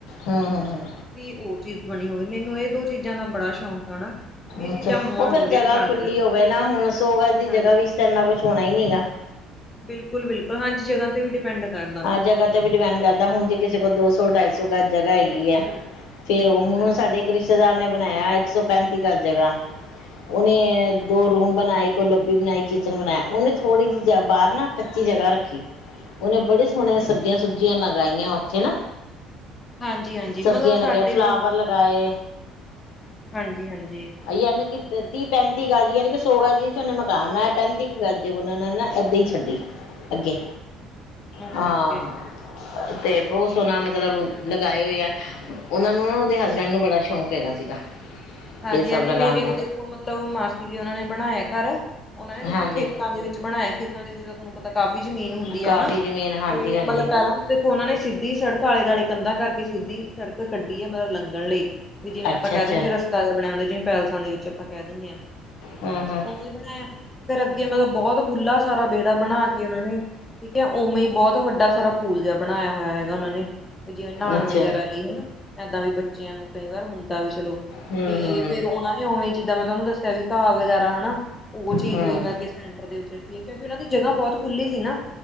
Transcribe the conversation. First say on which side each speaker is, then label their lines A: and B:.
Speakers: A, on the left; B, on the left.
A: ਹਾਂ, ਹਾਂ, ਹਾਂ।
B: ਵੀ ਉਹ ਚੀਜ਼ ਬਣੀ ਹੋਵੇ, ਮੈਨੂੰ ਇਹ ਦੋ ਚੀਜ਼ਾਂ ਦਾ ਬੜਾ ਸ਼ੌਕ ਆ ਨਾ। ਵੀ ਇਹ
A: ਅੱਛਾ,
B: ਚੀਜ਼ਾਂ ਹੋਣ
A: ਉਹ ਫਿਰ
B: ਮੂਹਰੇ
A: ਜਗ੍ਹਾ
B: ਫਰੰਟ
A: ਖੁੱਲੀ
B: ਦੇ ਉੱਪਰ
A: ਹੋਵੇ ਨਾ, ਹੁਣ ਸੋ ਗਜ ਦੀ
B: ਹਾਂਜੀ
A: ਜਗ੍ਹਾ ਵਿੱਚ ਤਾਂ ਇਨਾ ਕੁਛ ਹੋਣਾ ਹੀ ਨੀਗਾ।
B: ਬਿਲਕੁਲ- ਬਿਲਕੁਲ ਹਾਂਜੀ, ਜਗ੍ਹਾ ਤੇ ਵੀ ਡਿਪੈਂਡ ਕਰਦਾ।
A: ਹਰ ਜਗ੍ਹਾ ਵੀ ਡਿਪੈਂਡ ਕਰਦਾ, ਹੁਣ ਜੇ ਕਿਸੇ ਕੋਲ ਦੋ ਸੌ, ਢਾਈ ਸੌ ਗਜ ਜਗ੍ਹਾ ਹੈਗੀ ਆ,
B: ਬਿਲਕੁਲ
A: ਫੇਰ
B: ਬਿਲਕੁਲ-ਬਿਲਕੁਲ
A: ਉਹ ਹੁਣ ਉਹ ਸਾਡੇ ਰਿਸ਼ਤੇਦਾਰ ਨੇ ਬਣਾਇਆ ਇੱਕ ਸੌ ਪੈਂਤੀ ਗਜ ਜਗ੍ਹਾ, ਉਹਨੇ ਦੋ ਰੂਮ ਬਣਾਏ ਤੇ ਲੋਬੀ ਬਣਾਈ, ਕਿਚਨ ਬਣਾਇ ਉਹਨੇ ਥੋੜ੍ਹੀ ਜਿਹੀ ਬਾਹਰ ਨਾ ਕੱਚੀ ਜਗ੍ਹਾ ਰੱਖੀ। ਉਹਨੇ ਬੜੇ ਸੋਹਣੇ ਸਬਜ਼ੀਆਂ ਸੁਬਜ਼ੀਆਂ ਲਗਾਈਆਂ ਉੱਥੇ ਨਾ।
B: ਹਾਂਜੀ- ਹਾਂਜੀ,
A: ਸਬਜ਼ੀਆਂ
B: ਮਤਲਬ ਸਾਡੇ
A: ਲਗਾਏ ਫਲਾਵਰ
B: ਵੀ
A: ਲਗਾਏ।
B: ਹਾਂਜੀ- ਹਾਂਜੀ।
A: ਯਾਨੀ ਕਿ ਤੇਤੀਵ। ਪੈਂਤੀ ਗਜ ਯਾਨੀ ਕਿ ਸੌ ਗਜ਼ ਚ ਉਹਨੇ ਮਕਾਨ ਬਣਾਇਆ, ਪੈਂਤੀ ਕੁ ਗਜੇ ਉਹ ਨੇ ਨਾ ਏਦਾਂ ਹੀ ਛੱਡੀ। ਅੱਗੇ,
B: ਓਕੇ-ਓਕੇ
A: ਹਾਂ। ਤੇ ਬਹੁਤ ਸੋਹਣਾ ਮਤਲਬ ਲਗਾਏ ਹੋਏ ਆ ਉਹਨਾਂ ਨੂੰ ਨਾ, ਉਹਦੇ ਹਸਬੈਂਡ ਨੂੰ ਬੜਾ ਸ਼ੌਕ ਹੈਗਾ ਸੀਗਾ।
B: ਹਾਂਜੀ-
A: ਇਹ ਸਭ
B: ਹਾਂਜੀ,
A: ਲਗਾਉਣ
B: ਮੇਰੇ
A: ਦਾ
B: ਵੀ ਦੇਖੋ ਮਤਲਬ ਮਾਸੀ ਜੀ ਹੋਣਾ ਨੇ ਬਣਾਇਆ ਘਰ। ਉਹਨਾਂ ਨੇ ਦੇਖੋ
A: ਹਾਂਜੀ
B: ਖੇਤਾਂ ਦੇ ਵਿੱਚ ਬਣਾਇਆ, ਖੇਤਾਂ ਦੇ ਵਿੱਚ ਤਾਂ ਤੁਹਾਨੂੰ ਪਤਾ ਕਾਫ਼ੀ ਜ਼ਮੀਨ ਹੁੰਦੀ।
A: ਕਾਫੀ
B: ਆ ਹਨਾ,
A: ਜ਼ਮੀਨ ਹਾਂਜੀ
B: ਤੇ
A: ਹਾਂਜੀ
B: ਮਤਲਬ ਪਹਿਲਾਂ ਦੇਖੋ ਉਹਨਾਂ ਨੇ ਸਿੱਧੀ ਸੜਕ ਆਲੇ ਦੁਆਲੇ ਕੰਧਾਂ ਕਰਕੇ ਸਿੱਧੀ ਸੜਕ ਕੱਢੀ ਹੈ, ਮਤਲਬ ਲੰਘਣ ਲਈ। ਵੀ ਜਿਵੇਂ
A: ਅੱਛਾ
B: ਆਪਾਂ ਕਹਿ
A: ਅੱਛਾ
B: ਦਿਨੇ ਆ, ਰਸ ਤਾਜ਼ਾ ਬਣਿਆ ਹੁੰਦਾ, ਜਿਵੇਂ ਪੈਲਸਾਂ ਦੇ ਵਿੱਚ ਆਪਾਂ ਕਹਿ ਦਿੰਦੇ ਹਾਂ,
A: ਹੂੰ ਹੂੰ
B: ਉਵੇਂ ਬਣਾਇਆ। ਫਿਰ ਅੱਗੇ ਮਤਲਬ ਬਹੁਤ ਖੁੱਲ੍ਹਾ ਸਾਰਾ ਵਿਹੜਾ ਬਣਾ ਕੇ ਉਹ ਨੇ ਠੀਕ ਹੈ। ਉਵੇਂ ਹੀ ਬਹੁਤ ਵੱਡਾ ਸਾਰਾ ਪੂਲ ਜਿਹਾ ਬਣਾਇਆ ਹੋਇਆ ਹੈਗਾ ਉਹਨਾਂ ਨੇ। ਜਿਵੇਂ ਨਹਾਣ
A: ਅੱਛਾ
B: ਵਗੈਰਾ ਲਈ ਹਨਾ ਏਦਾਂ ਵੀ ਬੱਚਿਆਂ ਨੂੰ ਕਈ ਵਾਰ ਹੁੰਦਾ ਵੀ ਚਲੋ
A: ਹੂੰ
B: ਤੇ
A: ਹੂੰ
B: ਫਿਰ ਉਹਨਾ ਨੇ ਉਵੇਂ ਜਿੱਦਾਂ ਮੈਂ ਤੁਹਾਨੂੰ ਦੱਸਿਆ ਵੀ ਘਾਹ ਵਗੈਰਾ ਹਨਾ ਉਹ ਚੀਜ਼
A: ਹੂੰ
B: ਵੀ ਮਤਲਬ ਕਿ ਸੈਂਟਰ ਦੇ ਵਿੱਚ ਸੀ ਕਿਉਂਕਿ ਉਹਨਾਂ ਦੀ ਜਗ੍ਹਾ ਬਹੁਤ ਖੁੱਲੀ ਸੀ ਨਾ।